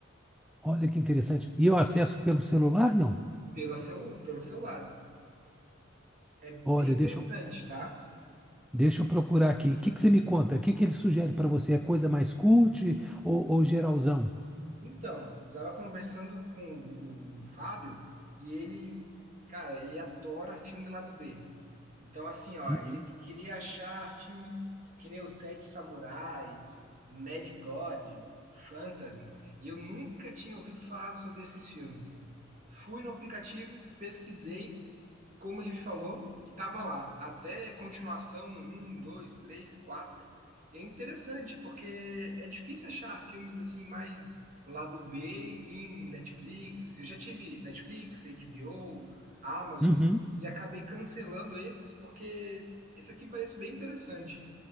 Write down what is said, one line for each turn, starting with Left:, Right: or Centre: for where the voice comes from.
Centre: olha que interessante. E eu acesso pelo celular, não?
Right: pela seu, pelo seu lado. É bem
Centre: Olha,
Right: interessante,
Centre: deixa eu
Right: tá?
Centre: Deixa eu procurar aqui. O que que você me conta? O que que ele sugere para você? É coisa mais cult ou, ou geralzão?
Right: Então, eu estava conversando com o, o Fábio e ele, cara, ele adora filme lado B. Então, assim, ó,
Centre: Uhum.
Right: ele queria achar filmes que nem Os Sete Samurais, Mad God, Phantasm. E eu nunca tinha ouvido falar sobre esses filmes. Fui no aplicativo, pesquisei, como ele falou, e tava lá. Até continuação, um, dois, três, quatro. É interessante, porque é difícil achar filmes assim mais lado B em Netflix. Eu já tive Netflix, HBO, Amazon
Centre: Uhum.
Right: e acabei cancelando esses porque esse aqui parece bem interessante.